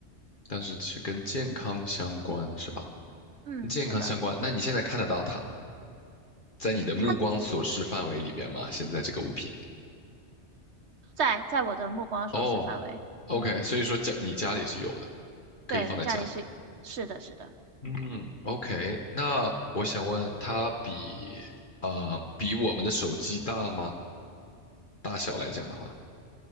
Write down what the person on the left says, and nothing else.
但是是跟健康相关是吧？
跟健康相关，
那你现在看得到它吗？在你的目光所视范围里边吗？
现在这个物品？
哦，OK，
所以说家你家里是有的，可以放在家里。
嗯，OK，那我想问，它比啊、呃比我们的手机大吗？大小来讲的话，